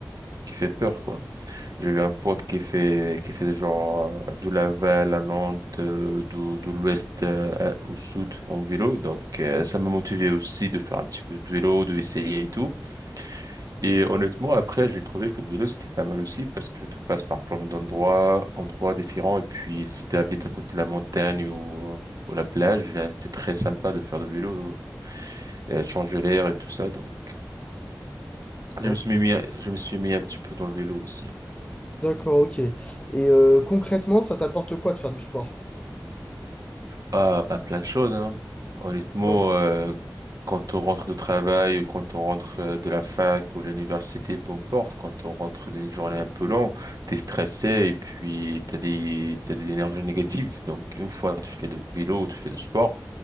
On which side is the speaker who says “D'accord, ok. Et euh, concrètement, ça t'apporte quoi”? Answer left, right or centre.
Left